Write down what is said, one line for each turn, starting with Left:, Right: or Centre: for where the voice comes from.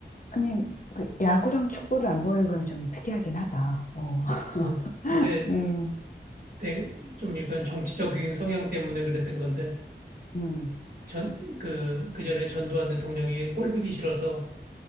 Left: 아니, 그 야구랑 축구를 안 보는 건 좀 특이하긴 하다. 어. <laughs>
Right: 응. 근데
Left: 음,
Right: 내, 좀 이건 정치적인 성향 때문에 그랬던 건데.
Left: 음.
Right: 전, 그, 그 전에 전두환 대통령이 꼴 보기 싫어서